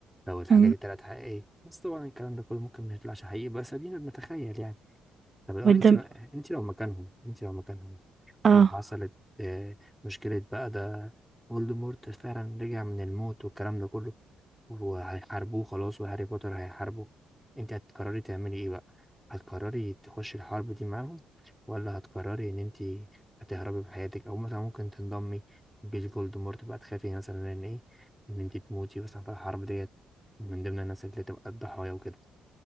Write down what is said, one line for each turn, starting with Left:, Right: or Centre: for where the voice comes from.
Centre: لو الحاجة
Right: مم.
Centre: دي طلعت حقيقية بس طبعا الكلام ده كله ممكن ما يطلعش حقيقي بس ادينا بنتخيل يعني طب لو
Right: والدم
Centre: انت ما... انت لو مكانهم انت لو مكانهم
Right: اه
Centre: وحصلت آه، مشكلة بقى ده فولدمورت فعلا رجع من الموت والكلام ده كله وهيحاربوه خلاص وهاري بوتر هيحاربه انت هتقرري تعملي ايه بقى هتقرري تخشي الحرب دي معاهم ولا هتقرري ان انت هتهربي بحياتك او مثلا ممكن تنضمي لجيش فولدمورت بقى تخافي مثلا ان ايه ان انت تموتي مثلا في الحرب ديت من ضمن الناس اللي تبقى الضحايا وكده